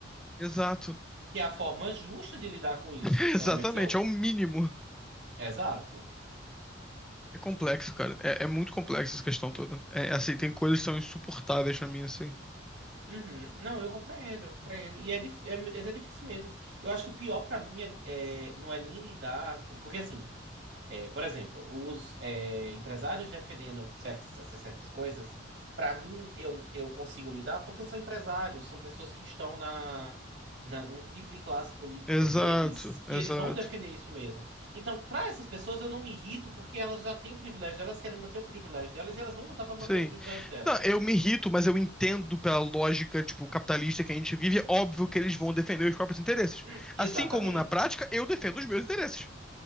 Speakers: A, in the centre; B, on the right.
A: Exato.
B: Que é a forma justa de lidar com isso.
A: <laughs>
B: Pelo
A: Exatamente,
B: menos eu.
A: é o mínimo.
B: Exato.
A: É complexo, cara. É, é muito complexo essa questão toda. É assim, tem coisas que são insuportáveis pra mim, assim.
B: Uhum. Não, eu compreendo, eu compreendo. E é, dif- é, mas é difícil mesmo. Eu acho que o pior pra mim é, é- não é nem lidar com. Porque assim. É, por exemplo, os é, empresários defendendo certas, essas certas coisas, para mim, eu, eu consigo lidar porque são empresários, são pessoas que estão na, na num tipo de classe política
A: Exato,
B: deles que
A: exato.
B: eles vão defender isso mesmo. Então, para essas pessoas, eu não me irrito porque elas já têm o privilégio delas, querem manter o privilégio delas e elas vão lutar para manter
A: Sim.
B: o privilégio delas.
A: Não, eu me irrito, mas eu entendo pela lógica, tipo, capitalista que a gente vive, é óbvio que eles vão defender os próprios interesses.
B: Hum, exatamente.
A: Assim como na prática, eu defendo os meus interesses.